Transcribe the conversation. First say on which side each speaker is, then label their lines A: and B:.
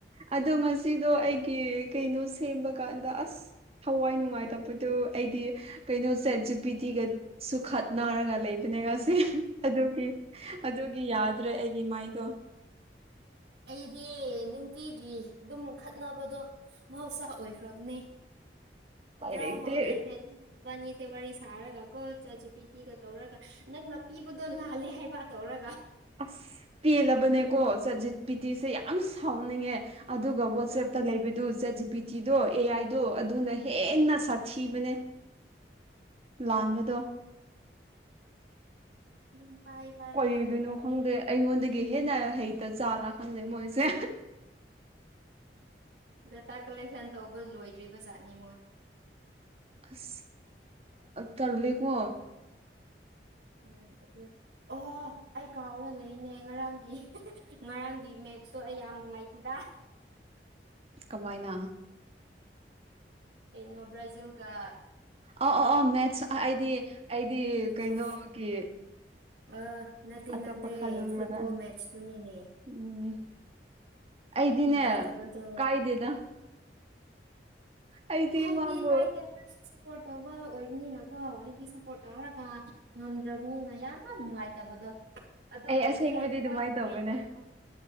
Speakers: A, on the right (about 35°); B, on the right (about 75°).
A: ꯑꯗꯣ ꯉꯁꯤꯗꯣ ꯑꯩꯒꯤ ꯀꯩꯅꯣ ꯁꯦꯝꯕ ꯀꯥꯟꯗ ꯑꯁ ꯊꯋꯥꯏ ꯅꯨꯡꯉꯥꯏꯇꯕꯗꯣ ꯑꯩꯗꯤ ꯀꯩꯅꯣ ꯆꯥꯠꯖꯤꯄꯤꯇꯤꯒ ꯁꯨ ꯈꯠꯅꯥꯔꯒ ꯂꯩꯕꯅꯦ ꯉꯁꯤ ꯑꯗꯨꯒꯤ ꯑꯗꯨꯒꯤ ꯌꯥꯗ꯭ꯔꯦ ꯑꯩꯒꯤ ꯃꯥꯏꯗꯣ
B: ꯑꯩꯗꯤ ꯅꯨꯡꯇꯤꯒꯤ ꯑꯗꯨꯝ ꯈꯠꯅꯕꯗꯣ ꯃꯍꯧꯁꯥ ꯑꯣꯏꯈ꯭ꯔꯕꯅꯦ
A: ꯎꯄꯥꯏ
B: ꯄꯨꯔꯥ
A: ꯂꯩꯇꯦ
B: ꯍꯣꯜ ꯗ‌ꯦꯐꯦꯠ ꯏꯕꯥꯟꯅꯤꯁꯦ ꯋꯥꯔꯤ ꯁꯥꯔꯒ ꯀꯣ ꯆꯥꯠꯖꯤꯄꯤ ꯒ ꯇꯧꯔꯒ ꯅꯪꯅ ꯄꯤꯕꯗꯣ ꯂꯥꯜꯂꯦ ꯍꯥꯏꯕ ꯇꯧꯔꯒ
A: ꯑꯁ ꯄꯦꯜꯂꯕꯅꯦꯀꯣ ꯆꯥꯠ ꯖꯤꯄꯤꯇꯤꯁꯦ ꯌꯥꯝ ꯁꯥꯎꯅꯤꯡꯉꯦ ꯑꯗꯨꯒ ꯋꯥꯆꯦꯞꯇ
B: ꯎꯝ
A: ꯂꯩꯕꯗꯨ ꯆꯥꯠ ꯖꯤ ꯄꯤ ꯇꯤꯗꯣ ꯑꯦ ꯑꯥꯏꯗꯣ ꯑꯗꯨꯅ ꯍꯦꯟꯅ
B: ꯎꯝ
A: ꯁꯥ ꯊꯤꯕꯅꯦ ꯂꯥꯟꯕꯗꯣ
B: ꯑꯗꯨꯝ ꯄꯥꯏ ꯄꯥꯏꯔꯒ
A: ꯀꯩꯒꯤꯅꯣ
B: ꯂꯩꯈ꯭ꯔꯕꯅꯤ
A: ꯈꯪꯗꯦ ꯑꯩꯉꯣꯟꯗꯒꯤ ꯍꯦꯟꯅ ꯍꯩꯇ ꯖꯥꯠꯂꯥ ꯈꯪꯗꯦ ꯃꯣꯏꯁꯦ
B: ꯗꯥꯇꯥ ꯀꯂꯦꯛꯁꯟ ꯇꯧꯕ ꯂꯣꯏꯗ꯭ꯔꯤꯕ ꯖꯥꯠꯅ‌ꯦ ꯃꯣꯏ
A: ꯑꯁ ꯇꯜꯂꯦꯀꯣ
B: ꯎꯝ ꯑꯗꯨ ꯑꯣ ꯑꯩ ꯀꯥꯎꯔ ꯂꯩꯅꯦ ꯉꯔꯥꯡꯒꯤ ꯉꯔꯥꯡꯒꯤ ꯃꯦꯠꯇꯣ ꯑꯩ ꯌꯥꯝ ꯅꯨꯡꯉꯥꯏ ꯇ‌ꯦꯗ
A: ꯀꯃꯥꯏꯅ
B: ꯀꯩꯅꯣ ꯕ꯭ꯔꯥꯖꯤꯜꯒ
A: ꯑꯧ ꯑꯧ ꯃꯦꯠꯁ ꯑꯥ ꯑꯩꯗꯤ ꯑꯩꯗꯤ
B: ꯅꯣꯔꯋꯦ
A: ꯀꯩꯅꯣꯒꯤ
B: ꯑ ꯅꯠꯇꯦ
A: ꯑꯇꯣꯞꯄ
B: ꯅꯠꯇꯦ
A: ꯈꯜꯂꯨꯔꯒ
B: ꯐꯨꯠꯕꯣꯜ ꯃꯦꯠꯁꯇꯨꯅꯤꯅꯦ
A: ꯎꯝ ꯑꯩꯗꯤꯅꯦ
B: ꯅꯨꯡꯉꯥꯏꯇꯕꯗꯣ
A: ꯀꯥꯏꯗꯦꯗ ꯑꯩꯗꯤ
B: ꯀ ꯍꯥꯏꯗꯤ
A: ꯃꯥꯕꯨ
B: ꯀꯥꯏꯗꯦ ꯍꯥꯏꯔꯁꯨ ꯁꯞꯄꯣꯔꯠ ꯇꯧꯕ ꯑꯣꯏꯕꯅꯤꯅꯀꯣ ꯍꯥꯏꯗꯤ ꯁꯞꯄꯣꯔꯠ ꯇꯧꯔꯒ ꯉꯝꯗ꯭ꯔꯕꯅꯤꯅ ꯌꯥꯝ ꯅꯨꯡꯉꯥꯏꯇꯕꯗꯣ ꯑꯗꯨꯒꯤ
A: ꯑꯩ ꯑꯁꯦꯡꯕꯗꯤ
B: ꯐꯦꯟ
A: ꯑꯗꯨꯃꯥꯏꯅ
B: ꯃꯣꯏꯒꯤ
A: ꯇꯧꯕꯅꯦ
B: ꯐꯦꯟꯒꯤꯗꯃꯛ